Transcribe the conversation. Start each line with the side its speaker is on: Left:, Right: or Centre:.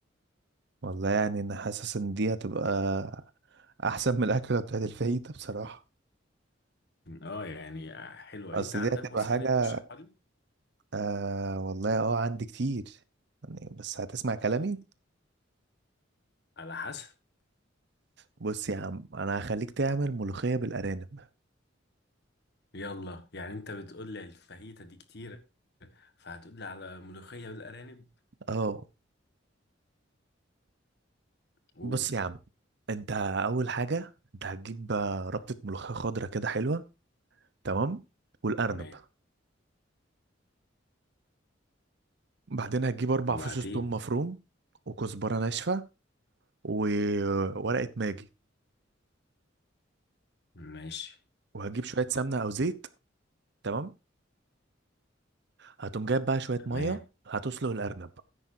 Right: والله يعني انا حاسس ان دي هتبقى احسن من الاكله بتاعت الفاهيتا بصراحه
Left: اه يعني حلوة
Right: اصل
Left: انت عندك
Right: دي هتبقى
Left: وصفة
Right: حاجه
Left: ليا ترشحها لي
Right: آه والله اه عندي كتير يعني بس هتسمع كلامي
Left: طيب على حسب
Right: بص يا عم انا هخليك تعمل ملوخيه بالارانب
Left: يلا يعني انت بتقول لي الفاهيتا دي كتير فهتقول لي على ملوخية بالارانب
Right: اه
Left: قول
Right: بص يا عم انت اول حاجه انت هتجيب آه، ربطه ملوخيه خضراء كده حلوه تمام والارنب
Left: تمام
Right: بعدين هتجيب اربع
Left: وبعدين
Right: فصوص ثوم مفروم وكزبره ناشفه وورقه ماجي
Left: ماشي
Right: وهتجيب شويه سمنه او زيت تمام هتقوم جايب بقى شويه ميه
Left: تمام
Right: هتسلق الارنب